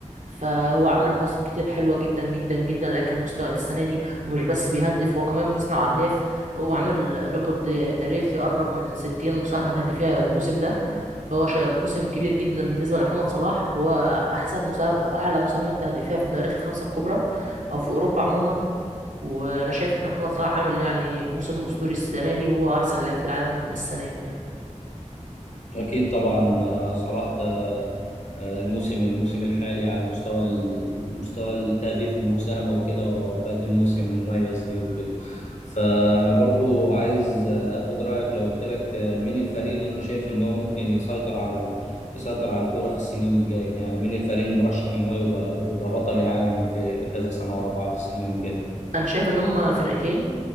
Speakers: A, on the right; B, on the left.
A: فهو عمل مواسم كتير حلوه جدا جدا جدا لكن المستوى السنه دي ومش بس بيهدف هو كمان بيصنع اهداف فهو عامل ريكورد تاريخي قرب من 60 مساهمه تهديفيه الموسم ده فهو شا- موسم كبير جدا بالنسبه لمحمد صلاح وهو احسن مساهم... اعلى مساهمات تهديفيه في الدوريات الخمسه الكبرى او في اوروبا عموما وانا شايف ان محمد صلاح عامل يعني موسم اسطوري السنه دي وهو احسن لاعب في العالم السنه دي يعني
B: أكيد طبعا آه، صلاح ده آه، الموسم الموسم الحالي على مستوى ال- مستوى التهديف والمساهمة وكده هو بقدم موسم مميز ليه وكده فأنا برضو عايز آه، أخد رأيك لو قلت لك آه، مين الفريق اللي أنت شايف إن هو ممكن يسيطر على ال... يسيطر على الكورة في السنين الجاية يعني مين الفريق المرشح إن هو يبقى يبقى بطل العالم في كذا سنة ورا بعض السنين الجاية
A: انا شايف ان هم فرقتين